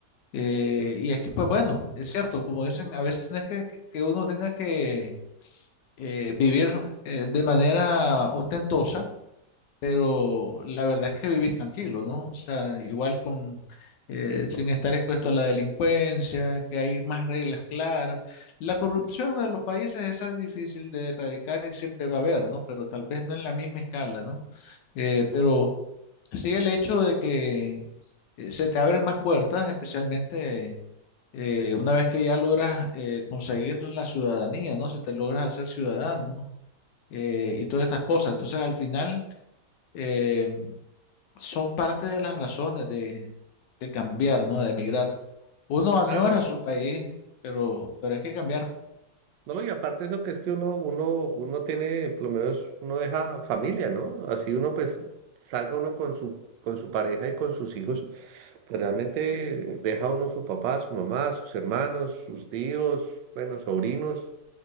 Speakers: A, on the left; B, on the right.
A: Eh, y aquí, pues bueno, es cierto, como dicen, a veces no es que, que uno tenga que eh, vivir eh, de manera ostentosa, pero la verdad es que vivís tranquilo, ¿no? O sea, igual con, eh, sin estar expuesto a la delincuencia, que hay más reglas claras. La corrupción de los países esa es difícil de erradicar y siempre va a haber, ¿no? Pero tal vez no en la misma escala, ¿no? Eh, pero sí el hecho de que eh, se te abren más puertas, especialmente eh, una vez que ya logras eh, conseguir la ciudadanía, ¿no? Si te logras hacer ciudadano eh, y todas estas cosas. Entonces, al final, eh, son parte de las razones de, de cambiar, ¿no? De emigrar. Uno añora
B: claro
A: su país, pero, pero hay que cambiar.
B: No, y aparte eso que es que uno, uno, uno tiene, por lo menos uno deja familia, ¿no? Así uno pues salga uno con su, con su pareja y con sus hijos, pero realmente deja uno su papá, su mamá, sus hermanos, sus tíos, bueno, sobrinos.